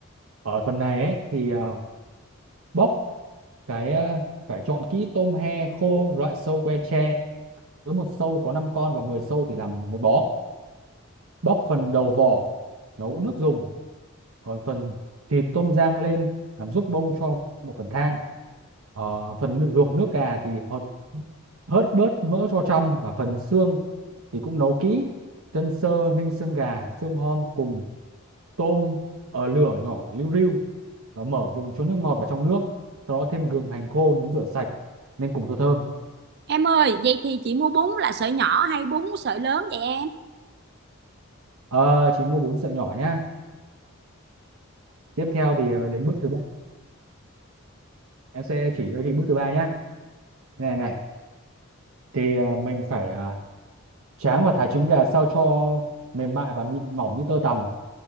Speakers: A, on the right; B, on the right.
A: ở phần này ấy thì à, bóc cái à, phải chọn kỹ tôm he khô loại sâu que tre cứ một sâu có 5 con và 10 sâu thì làm một bó bóc phần đầu vỏ nấu nước dùng còn phần thịt tôm rang lên làm giúp bông cho một phần thang Ờ, phần nước- luộc nước gà thì hớt, hớt bớt mỡ cho trong và phần xương thì cũng nấu kỹ chân sơ ninh xương gà xương hom cùng tôm ở lửa nhỏ liu riu và mở vùng cho nước ngọt vào trong nước sau đó thêm gừng hành khô nướng rửa sạch nên cùng cho thơm
B: Em ơi, vậy thì chị mua bún là sợi nhỏ hay bún sợi lớn vậy em?
A: Ờ, chị mua bốn sợi nhỏ nhá tiếp theo thì ờ, đến bước thứ ba em sẽ chỉ cho chị bước thứ ba nhá này này thì à, mình phải à, tráng và thái trứng gà sao cho mềm mại và mịn mỏng như tơ tằm